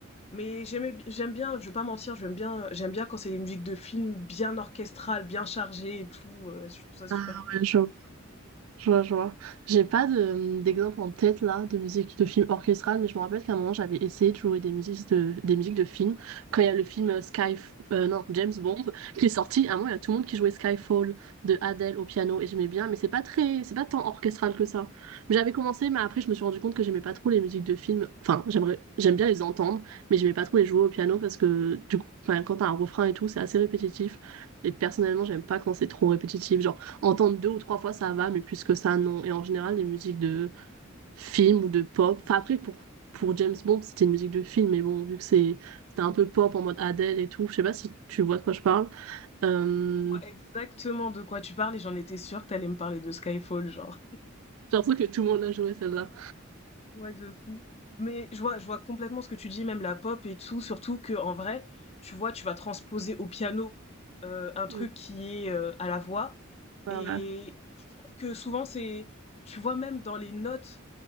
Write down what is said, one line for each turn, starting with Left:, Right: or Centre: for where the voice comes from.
Left: mais j'aimais, bi- j'aime bien. Je vais pas mentir, j'aime bien, j'aime bien quand c'est des musiques de film bien orchestrales, bien chargées et tout. euh, je trouve ça super
Right: Ah
Left: cool.
Right: ouais, je Je vois, je vois. J'ai pas de, d'exemple en tête là de musique de film orchestral, mais je me rappelle qu'à un moment j'avais essayé de jouer des musiques de, des musiques de films. Quand il y a le film euh, Sky, euh, non, James Bond qui est sorti, à un moment il y a tout le monde qui jouait Skyfall de Adele au piano et j'aimais bien, mais c'est pas très, c'est pas tant orchestral que ça. Mais J'avais commencé, mais après je me suis rendu compte que j'aimais pas trop les musiques de films. Enfin, j'aimerais, j'aime bien les entendre, mais j'aimais pas trop les jouer au piano parce que du coup, enfin, quand t'as un refrain et tout, c'est assez répétitif. Et personnellement, j'aime pas quand c'est trop répétitif. Genre, Entendre deux ou trois fois, ça va, mais plus que ça, non. Et en général, les musiques de films ou de pop. Enfin, après, pour, pour James Bond, c'était une musique de film, mais bon, vu que c'est c'était un peu pop en mode Adele et tout, je sais pas si tu vois de quoi je parle. Euh,
Left: Je vois exactement de quoi tu parles et j'en étais sûre que t'allais me parler de Skyfall, genre.
Right: J'ai l'impression que tout le monde l'a joué, celle-là.
Left: Ouais, de fou. Mais je vois, je vois complètement ce que tu dis, même la pop et tout, surtout que en vrai, tu vois, tu vas transposer au piano euh, un truc
Right: Ouais,
Left: qui est euh, à la voix.
Right: ouais,
Left: Et je trouve que souvent, c'est, tu vois, même dans les notes,